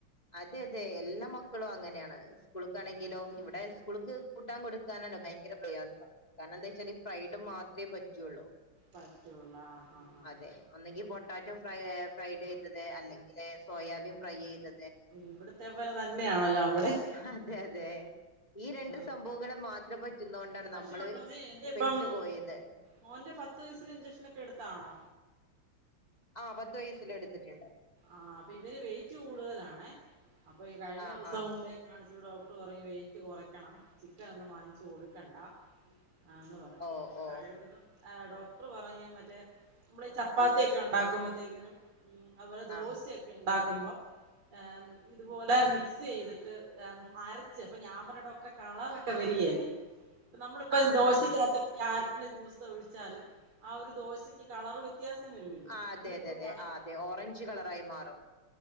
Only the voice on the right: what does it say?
ഉം
പറ്റുള്ളൂ ആ ആ ആ
ഇവിടെ അതേ പോലെ തന്നെയണല്ലോ അവിടെ
ആ
പക്ഷേ
ഉള്ളോരേ എന്റെ ഇപ്പം
മോന്റ പത്തു വയസിലെ ഇഞ്ചക്ഷൻ ഒക്കെ എടു താണോ
ആഹ അപ്പൊ ഇവന് വെയിറ്റ് കൂടുതലാണേ അപ്പൊ ഈ കഴിഞ്ഞ
ദിവസം
കൊണ്ട് പോയി കാണിച്ചപ്പം ഡോക്ടർ പറയുവ വെ കുറക്കണം ചിക്കൻ ഒന്നും വാങ്ങിച്ചു കൊടുക്കണ്ട. ആന്ന് പറ
കഴിവതും ആ ഡോ പറ മറ്റേ നമ്മള ഈ ചപ്പാത്തിൊക്കെ ഉണ്ടാക്കുമ്പോത്തേക്കിനും ഉ അവരെ ദോശൊക്കെ
ഉണ്ടാക്കും ്പ ഇതുപോലെ മിക്സ് ചെയ്തിട്ട് അരച്ച് അപ്പ ഞയാമറ ഡോക് കളറൊക്കെ വരികല്ലേ നമ്മളിപ്പ
ദോശക്കകത്തപ്പ
ആർക്കും ജ്യൂസ് ഒഴിച്ചാലും ആ ഒരു ദോശക്ക് കളർ വ വ്യത്യാസം വരുല്ലോ
ബീട്രൂട്ട്
ആണ്